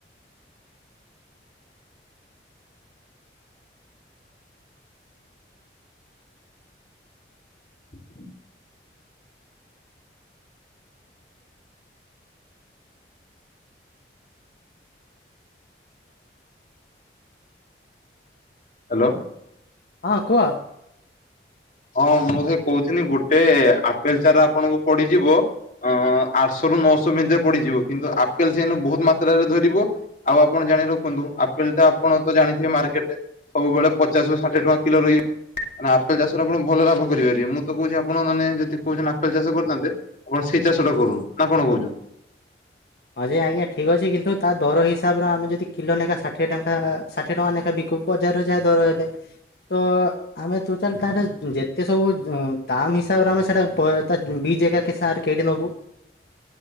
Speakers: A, on the left; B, on the left.
A: ହଁ <inaudible> ହାଲୋ।
B: ହଁ କୁହ?
A: ହଁ ମୁଁ ସେ କହୁିନି ଗୋଟେ ଆପେଲ ଚାରା ଆପଣଙ୍କୁ ପଡିଯିବ ଅ ଆଠଶହ ରୁ ନଅଶହ ଭିତରେ ପଡିଯିବ କିନ୍ତୁ ଆପେଲ ସେଇନୁ ବହୁତ ମାତ୍ରାରେ ଧରିବ। ଆଉ ଆପଣ ଜାଣି ରଖନ୍ତୁ ଆପେଲ ତ ଆପଣ ତ ଜାଣିଥିବେ ମାର୍କେଟରେ ସବୁବେଳେ ପଚାଶରୁ ଷାଠିଏ ଟଙ୍କା କିଲୋ ରହିବ। ଆପଲ ଚାଷ ଆପଣ ଭଲ ଲାଭ କରିପାରିବେ ମୁଁ ତ କହୁଛି ଆପଣ ମାନେ ଯଦି କହୁଛନ୍ତି, ଆପଲ ଚାଷ କରିଥାନ୍ତେ ଆପଣ ସେଇ ଚାଷ ଟା କରୁନ୍ତୁ ନା କଣ କହୁଛ?
B: ହ ଯେ ଆଜ୍ଞା ଠିକ ଅଛି କିନ୍ତୁ ତା ଦର ହିସାବରେ ଆମେ ଯଦି କିଲୋ ଲେଖା ଷାଠିଏ ଟଙ୍କା ଷାଠିଏ ଟଙ୍କା ବିକ କୁ ବଜାରରେ ଯାହା ଦର ଏବେ ତ ଆମେ ତୁ ଚା ତାର ଯେତେ ସବୁ ଦମ୍ ହିସାବରେ ଆମେ ସେଟା ବିଜ ଏକା କି ସାର କେଡ଼ି ନବୁ